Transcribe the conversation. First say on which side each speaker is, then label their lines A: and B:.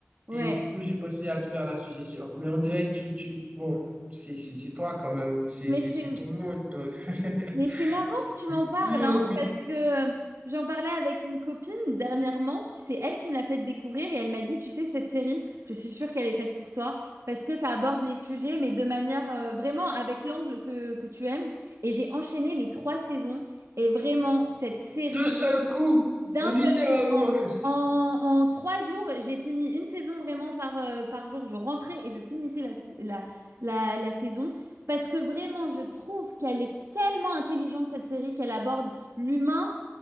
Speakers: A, on the right; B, on the right.
A: Ouais.
B: Et du coup, j'ai pensé à te faire la suggestion. Mais on dirait que tu, tu, bon, c'est, c'est, c'est toi quand même. C'est,
A: Mais
B: c'est,
A: c'est
B: c'est ton monde. Donc, <laughs>
A: mais c'est marrant que tu m'en
B: c'est sûr
A: parles, hein,
B: que
A: parce que euh, j'en parlais avec une copine dernièrement, qui c'est elle qui me l'a fait découvrir et elle m'a dit, tu sais, cette série, je suis sûre qu'elle est faite pour toi, parce que ça aborde les sujets, mais de manière euh, vraiment avec l'angle que, que tu aimes. Et j'ai enchaîné les trois saisons et vraiment, cette série.
B: d'un seul coup,
A: D'un
B: littéralement,
A: seul coup,
B: <laughs>
A: en, en- en trois jours, j'ai fini une saison vraiment par, euh, par jour. Je rentrais et je finissais la, la, la, la saison parce que vraiment, je trouve qu'elle est tellement intelligente, cette série, qu'elle aborde l'humain